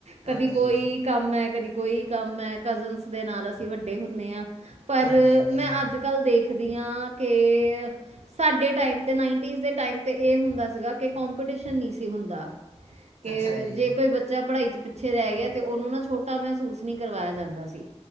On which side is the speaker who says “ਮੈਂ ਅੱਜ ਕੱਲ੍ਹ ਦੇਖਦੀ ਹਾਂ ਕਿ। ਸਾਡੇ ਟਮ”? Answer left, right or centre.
Right